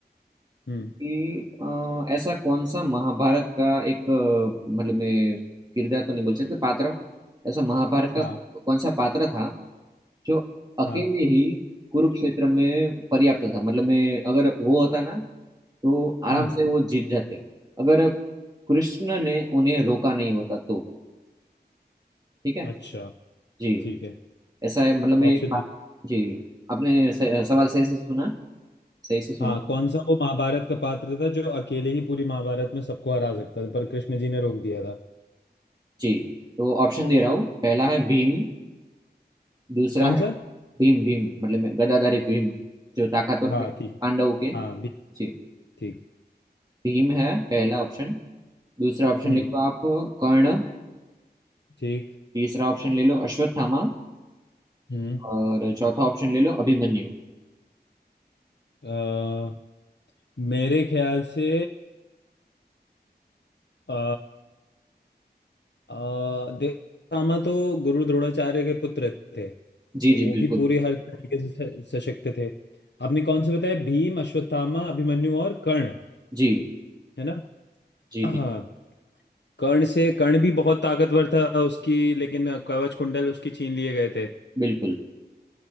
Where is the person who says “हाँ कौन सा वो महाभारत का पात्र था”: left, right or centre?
Left